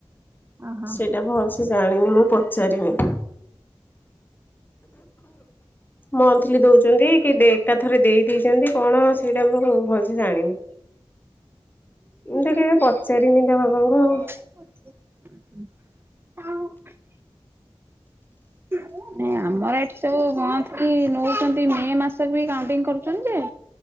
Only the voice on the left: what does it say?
ସେଇଟା ଭଲସ ସେ ଜାଣିନି ମୁଁ ପଚାରିନି। ମନ୍ଥଲି ଦଉଛନ୍ତି କି ଡେଟ୍ ଟା ଥରେ ଦେଇ ଦେଇଛନ୍ତି କଣ ସେଇଟା ମୁଁ ଭଲସେ ଜାଣିନି। ମୁଁ ତ କେବେ ପଚାରିନି ତା ବାବାଙ୍କୁ ଆଉ।